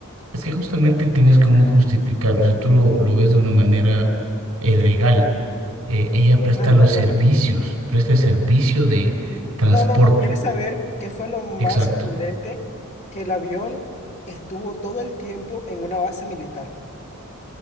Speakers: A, on the right (about 85°); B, on the left (about 30°).
A: Es que justamente tienes cómo justificarlo. Si tú lo, lo ves de una manera eh, legal, eh, ella presta
B: Claro,
A: los
B: claro.
A: servicios, presta el servicio de transporte.
B: No, no, no. ¿Quieres saber qué fue lo más
A: Exacto.
B: sorprendente? Que el avión estuvo todo el tiempo en una base militar.